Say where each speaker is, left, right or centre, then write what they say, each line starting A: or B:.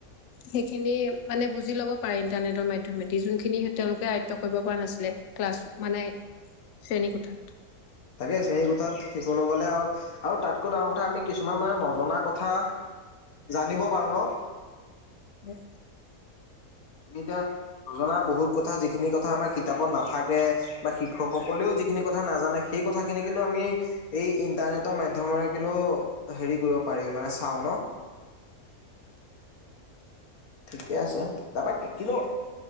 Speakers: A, on the left (about 65°); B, on the left (about 75°).
A: সেইখিনি মানে বুজি লব পাৰে ইণ্টাৰনেটৰ মাধ্যমেদি যোনখিনি তেওঁলোকে আয়ত্ব কৰিব পৰা নাছিলে ক্লাছ মানে শ্ৰেণী কোঠাত।
B: তাকে শ্ৰেণী কোঠাত শিকলৈ গ'লে আৰু আৰু তাতকৈ ডাঙৰ কথা আমি কিছুমান মানে নজনা কথা জানিব পাৰো ন
A: উম।
B: আমি এতিয়া নজনা বহুত কথা যিখিনি কথা আমাৰ কিতাপত নাথাকে বা শিক্ষকসকলেও। যিখিন কথা নাজানে সেই কথা খিনি কিন্তু আমি এই ইন্টাৰনেটৰ মাধ্মৰে কিন্তু হেৰি কৰিব পাৰ মানে চাওঁ ন
A: <inaudible>
B: ঠিকে আছে তাৰাপা কিনো